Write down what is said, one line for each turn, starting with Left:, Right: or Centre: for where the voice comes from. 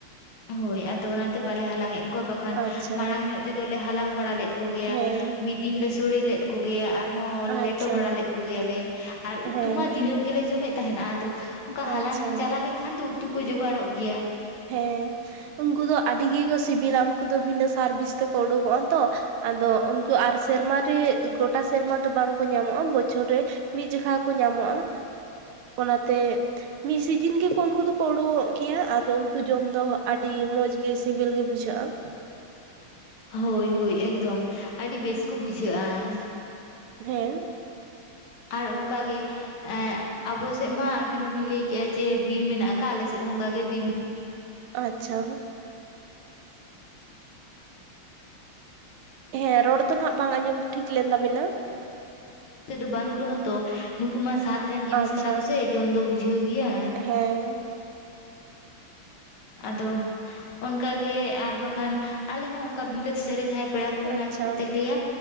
Left: ᱦᱳᱭ, ᱟᱫᱚ ᱚᱱᱟᱛᱮ ᱵᱟᱞᱮ ᱦᱟᱞᱟᱝ ᱮ ᱠᱚ ᱵᱟᱠᱷᱟᱱ
Right: ᱟᱪᱪᱷᱟ
Left: ᱢᱟᱲᱟᱝ ᱧᱚᱜ ᱛᱮᱫᱚᱞᱮ ᱦᱟᱞᱟᱝ ᱵᱟᱲᱟ ᱞᱮᱫ ᱠᱚᱜᱮᱭᱟ
Right: ᱦᱮᱸ
Left: ᱢᱤᱫ ᱫᱤᱱ ᱞᱮ ᱥᱳᱲᱮ ᱞᱮᱫ ᱠᱚ ᱜᱮᱭᱟ ᱟᱨᱦᱚᱸ
Right: ᱟᱪᱪᱷᱟ
Left: ᱞᱮᱴᱚ ᱵᱟᱲᱟ ᱞᱮᱫ ᱠᱚᱜᱮᱭᱟᱞᱮ ᱟᱨ ᱩᱫᱷᱢᱟ
Right: ᱦᱮᱸ
Left: ᱫᱤᱱ ᱡᱚᱢ ᱜᱮᱞᱮ ᱡᱚᱢᱮᱫ ᱛᱟᱦᱮᱸᱱᱟ ᱟᱫᱚ ᱚᱱᱠᱟ ᱦᱟᱞᱟᱝ
Right: ᱟᱪᱪᱷᱟ
Left: ᱪᱟᱞᱟᱣ ᱞᱮᱱᱠᱷᱟᱱ ᱫᱚ ᱩᱛᱩ ᱠᱚ ᱡᱚᱜᱟᱲᱚᱜ ᱜᱮᱭᱟ ᱾ <inaudible>
Right: ᱦᱮᱸ ᱩᱱᱠᱩ ᱫᱚ ᱟᱹᱰᱤ ᱜᱮᱠᱚ ᱥᱤᱵᱤᱞᱟ ᱩᱱᱠᱩ ᱫᱚ ᱵᱷᱤᱱᱟᱹ ᱥᱟᱨᱵᱷᱤᱥ ᱛᱮᱠᱚ ᱩᱰᱩᱠᱚᱜ-ᱟ ᱛᱚ ᱾ ᱟᱫᱚ ᱩᱱᱠᱩ ᱟᱨ ᱥᱮᱨᱢᱟ ᱨᱮ ᱜᱚᱴᱟ ᱥᱮᱨᱢᱟ ᱫᱚ ᱵᱟᱝᱠᱚ ᱧᱟᱢᱚᱜ-ᱟ ᱵᱚᱪᱷᱚᱨ ᱨᱮ ᱢᱤᱫ ᱡᱮᱠᱷᱟ ᱠᱚ ᱧᱟᱢᱚᱜ-ᱟ ᱾ ᱚᱱᱟᱛᱮ ᱢᱤᱫ ᱥᱤᱡᱤᱱ ᱜᱮᱠᱚ ᱩᱱᱠᱩ ᱫᱚᱠᱚ ᱩᱰᱩᱝᱚᱜ ᱜᱮᱭᱟ ᱟᱫᱚ ᱩᱱ ᱡᱚᱢ ᱫᱚ ᱟᱹᱰᱤ ᱢᱚᱡᱽ ᱜᱮ ᱥᱤᱵᱤᱞ ᱜᱮ ᱵᱩᱡᱷᱟᱹᱜ-ᱟ ᱾
Left: ᱦᱳᱭ ᱦᱳᱭ ᱮᱠᱫᱚᱢ ᱟᱹᱰᱤ ᱵᱮᱥ ᱠᱚ ᱵᱩᱡᱷᱟᱹᱜ-ᱟ ᱾
Right: ᱦᱮᱸ᱾
Left: ᱟᱨ ᱚᱱᱠᱟ ᱜᱮᱼᱼ ᱮᱸ ᱟᱵᱚ ᱥᱮᱫ ᱢᱟ ᱟᱵᱤᱱ ᱦᱚᱸᱵᱤᱱ ᱞᱟᱹᱭ ᱠᱮᱫ-ᱟ ᱡᱮ ᱵᱤᱨ ᱢᱮᱱᱟᱜ ᱟᱠᱟᱫ ᱟᱞᱮ ᱥᱮᱫ ᱦᱚᱸ ᱚᱱᱠᱟ ᱜᱮ ᱵᱤᱨᱼᱼ
Right: ᱟᱪᱪᱷᱟ᱾ ᱦᱮᱸ ᱨᱚᱲ ᱫᱚ ᱱᱟᱜ ᱵᱟᱝ ᱟᱸᱡᱚᱢ ᱴᱷᱤᱠ ᱞᱮᱱ ᱛᱟᱵᱤᱱᱟ ᱾
Left: ᱚᱱᱛᱮ ᱫᱚ ᱵᱟᱹᱱᱩᱜ ᱨᱮᱦᱚᱸ ᱛᱚ ᱱᱩᱠᱩ ᱢᱟ ᱥᱟᱫ ᱨᱮᱱ ᱡᱤᱱᱤᱥ
Right: ᱟᱪᱪᱷᱟ
Left: ᱠᱟᱱᱟ ᱠᱚᱥᱮ ᱡᱚᱢ ᱫᱚ ᱵᱩᱡᱷᱟᱹᱣ ᱜᱮᱭᱟ ᱾
Right: ᱦᱮᱸ᱾
Left: ᱟᱫᱚ ᱚᱱᱠᱟ ᱜᱮ ᱟᱨ ᱵᱟᱠᱷᱟᱱ ᱟᱞᱮ ᱦᱚᱸ ᱚᱱᱠᱟ ᱵᱤᱞᱟᱹᱛ ᱥᱮᱫ ᱨᱮ ᱡᱟᱦᱟᱸᱭ ᱯᱮᱲᱟ ᱠᱚ ᱢᱮᱱᱟᱜ
Right: ᱟᱪᱪᱷᱟ
Left: ᱠᱟ ᱠᱚᱛᱟᱞᱮᱭᱟ